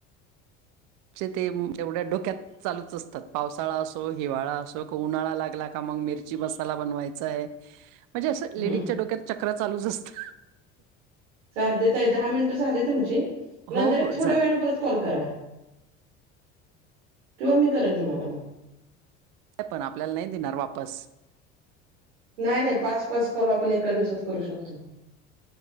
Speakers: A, on the right (about 60°); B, on the right (about 75°).
A: त्याचे ते म जेवढ्या डोक्यात चालूच असतात पावसाळा असो, हिवाळा असो, उन्हाळा लागला का मग मिरची मसाला बनवायचा आहे. म्हणजे असं लेडीजच्या
B: हम्
A: डोक्यात चक्रा चालूच असतात.
B: चालतेेत ताई दहा मिनिटं झाली तुमची
A: हो
B: नंतर
A: हो
B: एक थोडं
A: झालंय
B: वेळ परत कॉल करा किंवा मी करेन तुम्हाला मग.
A: पण आपल्याला नाही देणार वापस
B: नाही, नाही पाच, पाच कॉल आपण एका दिवसात करू शकतो.